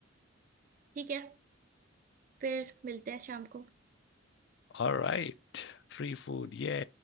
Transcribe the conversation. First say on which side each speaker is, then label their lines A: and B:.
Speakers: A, on the right; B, on the left.
A: ठीक है फिर मिलते हैं शाम को
B: ऑलराइट Free food ये